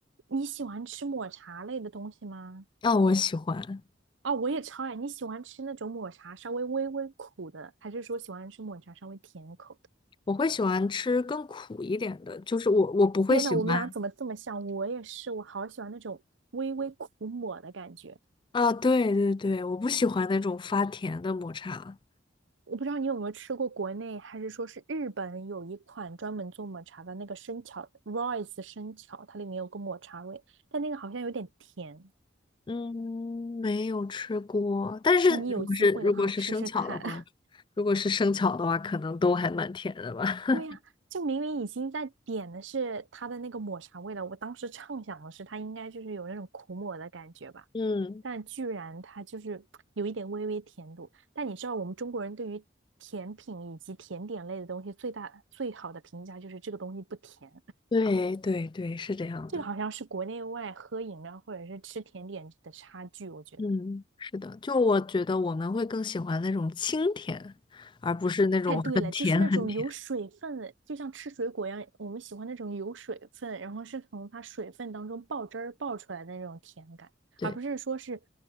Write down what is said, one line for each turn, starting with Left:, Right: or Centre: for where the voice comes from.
Right: 你喜欢吃抹茶类的东西吗？
Left: 啊，我喜欢，
Right: 哦，我也超爱。你喜欢吃那种抹茶稍微微微苦的，还是说喜欢吃抹茶稍微甜口的？
Left: 我会喜欢吃更苦一点的，就是我我不会喜欢
Right: 天呐，我们俩怎么这么像？我也是，我好喜欢那种微微苦抹的感觉。
Left: 啊，对对对，我不喜欢那种发甜的抹茶。
Right: 我不知道你有没有吃过国内，还是说是日本有一款专门做抹茶的那个生巧 Royce 生巧，它里面有个抹茶味，但那个好像有点甜。
Left: 嗯，没有吃过，但是如果是如果是生巧的话，
Right: 那你有机会的话吃吃看。<laughs>
Left: 如果是生巧的话，可能都还蛮甜的吧。<laughs>
Right: 对呀、就明明已经在点的是它的那个抹茶味了，我当时畅想的是它应该就是有那种苦抹的感觉吧，
Left: 嗯，
Right: 但居然它就是有一点微微甜度。但你知道我们中国人对于甜品以及甜点类的东西最大最好的评价就是这个东西不甜，
Left: 对对对，是这样的。
Right: <laughs> 这个好像是国内外喝饮料或者是吃甜点的差距，我觉得。
Left: 嗯，是的，就我觉得我们会更喜欢那种清甜，而不是那种很甜很甜。
Right: 太对了，就是那种有水分的，就像吃水果一样，我们喜欢那种有水分，然后是从它水分当中爆汁儿爆出来的那种甜感，
Left: 对，
Right: 而不是说是